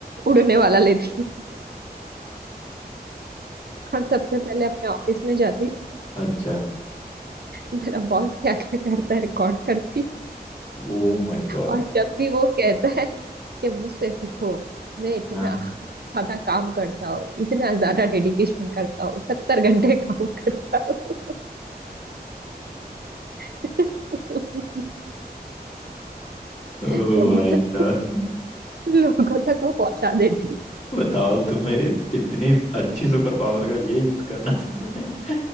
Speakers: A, on the right; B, on the left.
A: उड़ने वाला लेती और सबसे पहले अपने ऑफिस में जाती
B: अच्छा
A: मेरा बॉस क्या क्या करता है रिकॉर्ड करती
B: Oh my god
A: और जब भी वो कहता है कि मुझसे सीखो मैं इतना
B: हाँ
A: ज्यादा काम करता हूँ इतना ज्यादा डेडिकेशन करता हूँ सत्तर घंटे काम करता हूँ <laughs>
B: ओ
A: तो
B: भाई
A: बस
B: साहब
A: लोगों तक वो पहुंचा देती
B: बताओ तुम्हें इत, इतनी अच्छी सुपर पावर का ये यूज करना था तुम्हें